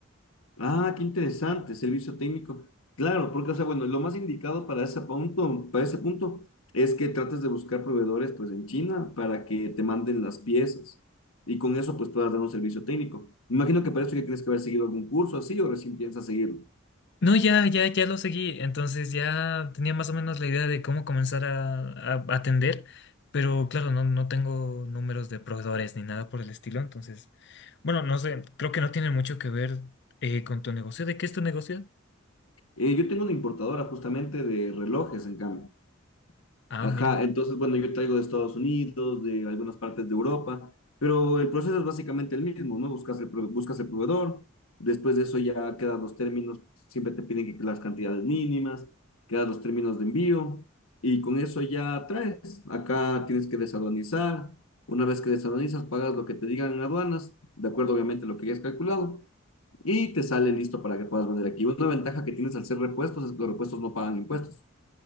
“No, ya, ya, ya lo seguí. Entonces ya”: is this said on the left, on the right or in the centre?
Left